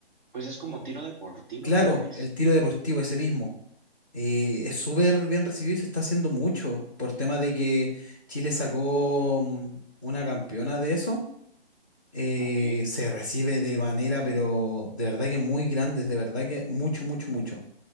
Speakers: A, on the right; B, on the right.
A: Pues es como
B: Eh,
A: tiro deportivo,
B: Claro,
A: tal vez.
B: el tiro deportivo, ese mismo. Eh, es súper bien recibido y se está haciendo mucho por tema de que Chile sacó mm, una campeona de eso eh,
A: Ok,
B: se recibe de manera, pero de verdad que muy grande, de verdad que mucho, mucho, mucho.